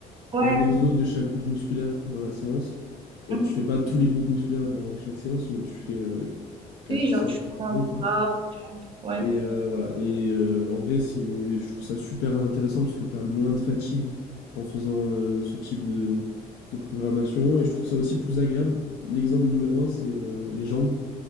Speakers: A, on the right; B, on the left.
A: Ouais.
B: un exo de chaque groupe musculaire dans la séance. Bon,
A: Mhm.
B: tu fais pas tous les groupes musculaires dans chaque séance, mais tu fais euh, quatre,
A: Oui, genre
B: cinq
A: tu fais
B: exos,
A: un
B: quoi.
A: bras, ouais.
B: Et euh, voilà. Et euh, en vrai, c'est, je trouve ça super intéressant parce que tu as moins de fatigue en faisant euh, ce type de, de programmation. Et je trouve ça aussi plus agréable. L'exemple numéro un, c'est euh, les jambes.